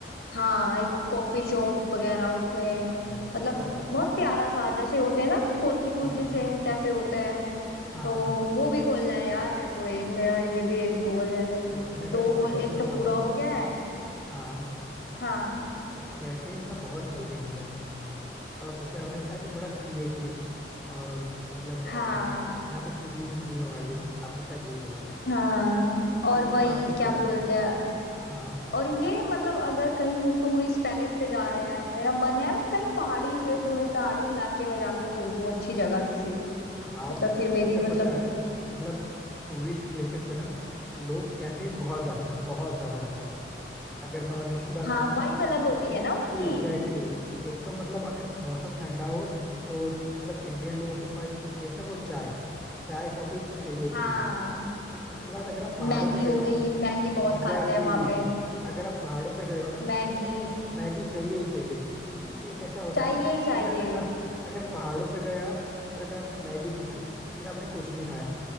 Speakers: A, on the left (about 70°); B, in the centre.
A: हाँ एक कॉफी शॉप वगैरह उसमें
B: यार फिर
A: मतलब
B: तो आप काफी
A: बहुत प्यारा सा जैसे होते हैं ना कोजी
B: हाँ
A: कोजी
B: हाँ
A: से कैफे होते हैं
B: हाँ
A: तो
B: हाँ
A: वो वो भी खोलना है यार मेरे को एक मेरा ये भी एक गोल है मेरे
B: वैसे मैं अगर
A: दो गोल
B: ऑनेस्टली
A: एक
B: बताऊँ
A: तो पूरा
B: ना
A: हो गया है
B: हाँ
A: हाँ
B: तो कैफेज ना बहुत चलते हैं इंडिया में और जैसे आपने बताया कि थोड़ा क्रिएटिव और मतलब
A: हाँ
B: अ, यहाँ पे कुजीन्स भी हो आई गेस आपने शायद यही बोला
A: हाँ
B: तो
A: और
B: वो
A: वही
B: काफी चलेगा
A: क्या बोलते हैं
B: हाँ
A: और ये मतलब अगर कहीं टूरिस्ट पैलेस पे जा रहे हैं मेरा मन है मैं कहीं पहाड़ी क्षेत्र में पहाड़ी इलाके में जाके खोलूं अच्छी जगह किसी
B: वाह
A: मतलब फिर मेरी
B: अच्छा
A: मतलब
B: पता है मतलब टूरिस्ट प्लेसेस पे ना लोग कैफेज बहुत जाते हैं बहुत ज्यादा जाते हैं अगर मैं ऑनेस्टली बात
A: हाँ
B: करूँ ना
A: वाइब अलग होती
B: तो
A: है ना उनकी
B: एग्जैक्टली exactly, एक तो मतलब अगर मौसम ठंडा हो तो मतलब इंडियन लोगों की फर्स्ट प्रेफरेंस है वो चाय चाय कॉफी उनको चाहिए ही
A: हाँ
B: चाहिए उसके बाद अगर आप पहाड़ों
A: मैगी
B: पे गए
A: हो
B: हो ना
A: गई मैगी
B: एग्जैक्टली
A: बहुत खाते हैं वहां
B: exactly,
A: पे
B: अगर आप पहाड़ों पे गए हो ना
A: मैगी
B: तो आपको मैगी चाहिए ही चाहिए क्योंकि एक ऐसा होता
A: चाहिए
B: है ना
A: ही चाहिए
B: कि अगर <laughs> अगर पहाड़ों पे गए आप और अगर आपने मैगी नहीं खाई फिर आपने कुछ नहीं खाया